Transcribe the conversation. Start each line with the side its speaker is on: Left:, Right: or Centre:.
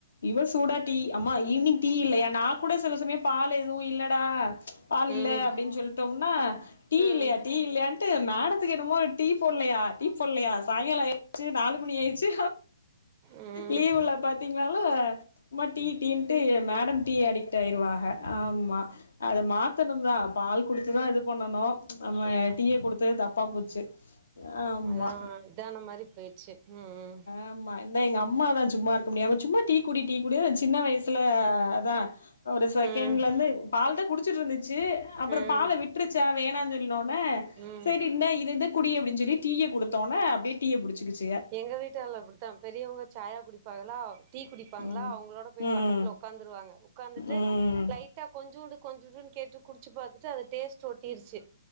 Left: இவ சூடா டீ அம்மா ஈவினிங் டீ இல்லையா நா கூட சில சமயோ பால் ஏதுவு இல்லடா பால்
Right: ம்
Left: இல்ல அப்டின்னு சொல்ட்டோம்னா டீ
Right: ம்
Left: இல்லையா டீ இல்லையான்ட்டு மேடத்துக்கு என்னுமோ டீ போட்லையா டீ போட்லையா சாய்ங்கால நாலு மணி ஆயிருச்சு
Right: ம்
Left: லீவ் ல பாத்தீங்ணாலு சும்மா டீ டீன்ட்டு மேடம் டீ அடிக்ட் ஆயிருவாக ஆமா அத மாத்தணுதா பால் குடுத்துதா இது பண்ணணு நம்ம
Right: ம்
Left: டீய குடுத்துது தப்பா போச்சு ஆமா
Right: அதா இதான மாரி போயிடுச்சு ம்
Left: ஆமா எங்க அம்மாதா சும்மா இருக் முடியாம சும்மா டீ குடி டீ குடு சின்ன வைசுல அதா ஒரு செகண்ட்ல
Right: ம்
Left: இருந்து பால் தா குடிச் ச்சட்டுருந்துச்சு அப்றோ
Right: ம்
Left: பால விட்டுருச்சா வேணா சொல்னோன
Right: ம்
Left: சரி இந்த இத எந்த குடி அப்டின்னு சொல்லி டீய குடுத்தோனே அப்டியே டீய புடிச்சிகிச்சு
Right: எங்க வீட்டால் அப்டித்தா பெரியவங்க சாயா குடிப்பாகளா டீ குடிப்பாங்ளா
Left: ம்
Right: அவுங்களோட போய்
Left: ம்
Right: பக்கத்தில் ஒக்காந்துருவாங்க உக்காந்துட்டு
Left: ம்
Right: லைட்டா கொஞ்சோண்டு கொஞ்சோண்டுன்னு கேட்டு குடிச்சு பாத்துட்டு அது டேஸ்ட் ஒட்டிருச்சு